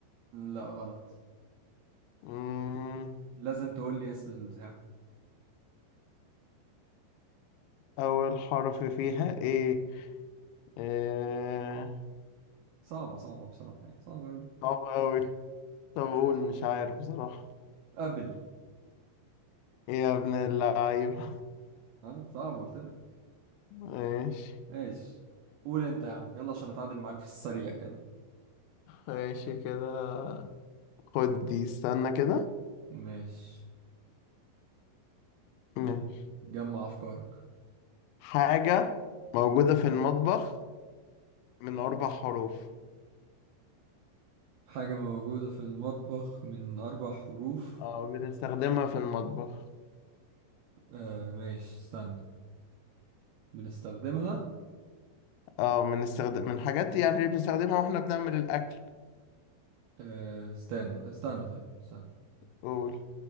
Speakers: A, on the right (about 85°); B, on the left (about 80°).
A: لا غلط
B: أمم،
A: لازم تقول لي اسم البتاع
B: اول حرف فيها ايه إيه
A: صعبة صعبة بصراحة يعني صعبة اوي
B: صعب أوي طب قول مش عارف بصراحة
A: قبل
B: إيه يا ابن اللعيب
A: اه صعبة قلت لك
B: <laughs> ماشي
A: ايش قول انت يا عم يلا عشان اتعادل معاك في السريع كده
B: ماشي كده خد دي استنى كده
A: ماشي
B: ماشي.
A: يلا جمع افكارك
B: حاجة موجودة في المطبخ من أربع حروف
A: حاجة موجودة في المطبخ من اربع حروف
B: اه بنستخدمها في المطبخ
A: آه ماشي استنى بنستخدمها
B: اه من استخدام من حاجات يعني بنستخدمها واحنا بنعمل الأكل
A: آه استنى استنى طيب استنى
B: قول